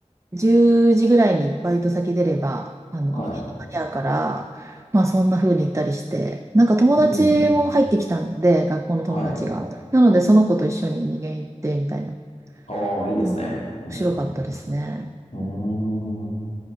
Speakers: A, on the right; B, on the left.
A: 10時ぐらいにバイト先出れば、あの、
B: はい。
A: 逃げに間に合うから、まあそんな風に行ったりして、なんか友達も入ってきたんで、
B: うん。
A: 学校の友達が。
B: はい。
A: なのでその子と一緒に逃げ行ってみたいな。
B: ああ、いいですね。
A: うん面白かったですね。
B: うん、うん。うーん。